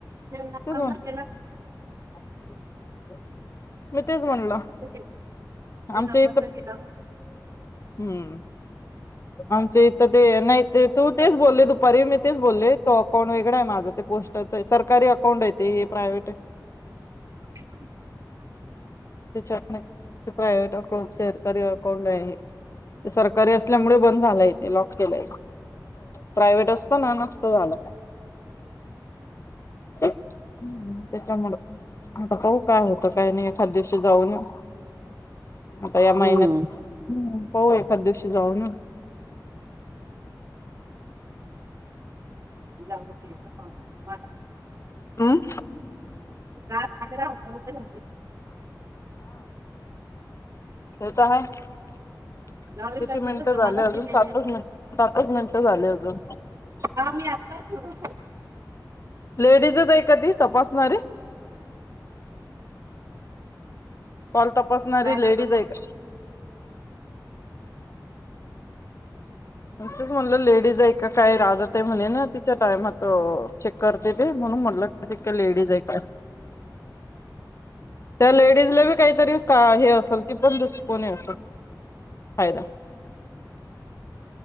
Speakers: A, on the right; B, on the left.
A: त्यांना
B: ते
A: म्हणलं
B: जा.
A: केला का?
B: हा की रे. मी तेच म्हणलं.
A: ते केलं. ते
B: आमच्या
A: नम्रता
B: इथ
A: केला
B: हम्म आमच्या इथ ते नाही तू तेच बोलले, दुपारी मी तेच बोलल तो. कोणाकडे आहे माझा त्या पोस्टच आहे. सरकारी अकाउंट आहे. ते हे प्रायव्ट.
A: <unintelligible>
B: ते चट नाही. ते प्रायव्हेट आ. हो शेरकीरी अकाउंट आहे. सरकारी असल्यामुळे बंद झाला, येते लॉक केलाे प्रायव्ट असत ना, नत झालं त्याच्यामुळ आता पा काय होत. काय नाही एखाद्या. च जाऊन येऊ. आता या महिन्यात.
A: हम्म
B: हो सदृश जाऊ ना
A: जाऊन मला
B: हम
A: गग रा होता होत झाले
B: हो तर आहे किती
A: जाऊ दे लक्ष
B: मिनिटं
A: जमा
B: झाले
A: नसते
B: अजून
A: केले
B: सातच मि सातच मिनिटं झाले अजून
A: आम्ही आत्ताच सुरू
B: लेडीजच एक कधी तपासणारे कॉल तपासणारी
A: काय
B: लेडीज
A: तर
B: आहे का नच म्हटलं लेडीजऐ काय राहत म्हणे ना तिच्या टायमात चेक करते ते म्हणून म्हटलं लेडीज आहे त्या लेडीज काहीतरी का हे असेल ती पणुस कोणी असत फायदा